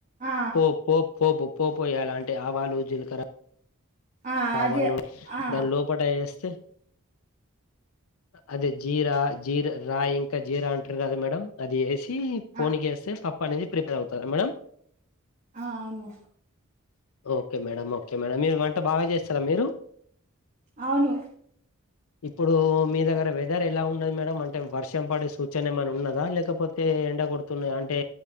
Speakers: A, on the right; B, on the left.
A: ఆ
B: పో పో పోపు పోపోయాలాంటే ఆవాలు జీలకర్ర
A: ఆ
B: అవని
A: అది ఆ
B: దాని లోపట వేస్తే అదే జీరా జీర రాయి ఇంకా జీరా అంటారు కదా మేడం అది ఏసి పోన్క
A: ఆ
B: వేస్తే పప్పు అనేది ప్రిపేర్ అవుతాదా మేడం
A: ఆ అవును
B: ఓకే మేడం ఓకే మేడం మీరు వంట బాగా చేస్తారా మీరు
A: అవును
B: ఇప్పుడు మీ దగ్గర వెదర్ ఎలా ఉన్నది మేడం అంటే వర్షం పడే సూచన ఏమై ఉన్నదా లేకపోతే అంటే ఎండ కొడుతున్నాయి అంటే